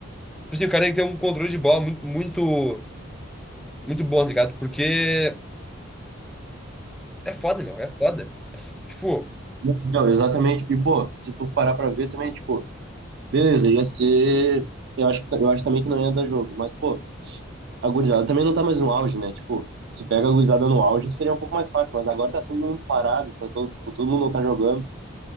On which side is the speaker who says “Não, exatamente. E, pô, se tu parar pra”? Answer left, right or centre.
Right